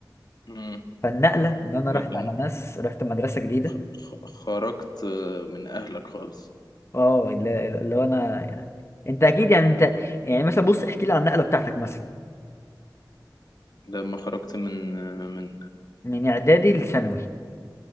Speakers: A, on the left (about 60°); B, on the left (about 35°).
A: مم.
B: فالنقلة ان انا
A: لكن
B: رحت على ناس رحت مدرسة جديدة
A: خ... خرجت آه، من أهلك خالص
B: اه اللي اللي هو انا يعني انت اكيد يعني انت يعني مثلا بص احكي لي عن النقلة بتاعتك مثلا
A: لما خرجت من آه، من
B: من اعدادي لثانوي